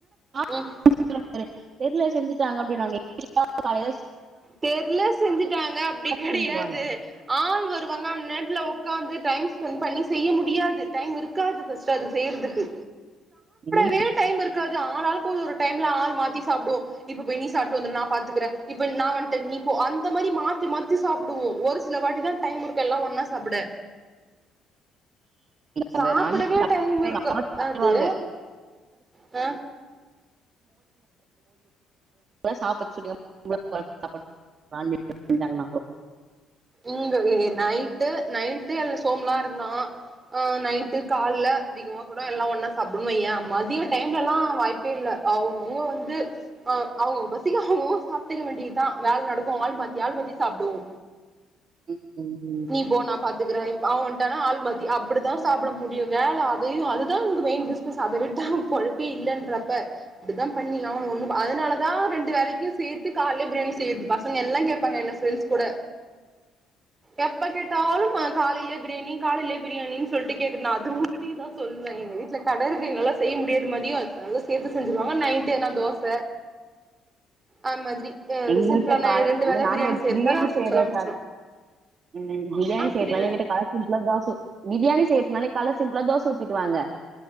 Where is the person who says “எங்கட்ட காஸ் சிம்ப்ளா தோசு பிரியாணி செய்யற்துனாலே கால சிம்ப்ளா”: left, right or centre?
Right